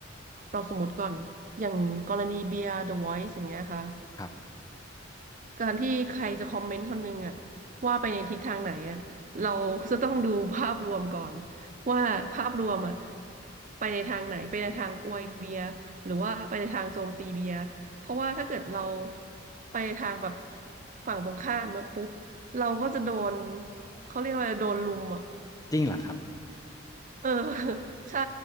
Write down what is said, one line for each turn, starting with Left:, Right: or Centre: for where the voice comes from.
Right: เราสมมติก่อนอย่างกรณีเบียร์ The Voice อย่างเงี้ยค่ะ
Left: ครับ
Right: การที่ใครจะคอมเมนต์คนหนึงอะว่าไปในทิศทางไหนอะเราจะต้องดูภาพรวมก่อนว่าภาพรวมอะไปในทางไหนไปในทางอวยเบียร์หรือว่าไปในทางโจมตีเบียร์เพราะว่าถ้าเกิดเราไปในทางแบบฝั่งตรงข้ามมาปุ๊บเราก็จะโดนเขาเรียกว่าโดนลุมอะ
Left: จริงเหรอครับ
Right: เออ <laughs> ใช่